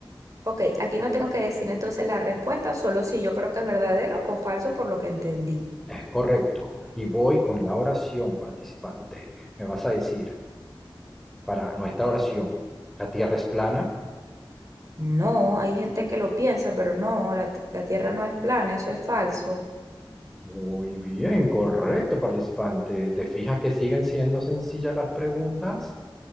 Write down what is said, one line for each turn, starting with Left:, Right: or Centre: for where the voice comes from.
Right: Ok, aquí no tengo que decir entonces la respuesta, solo si yo creo que es verdadero o falso por lo que entendí.
Centre: Es correcto. Y voy con la oración, participante. Me vas a decir, para nuestra oración, ¿la Tierra es plana?
Right: No, hay gente que lo piensa, pero no, la, ti- la Tierra no es plana, eso es falso.
Centre: Muy bien, correcto, participante. ¿Te fijas que siguen siendo sencillas las preguntas?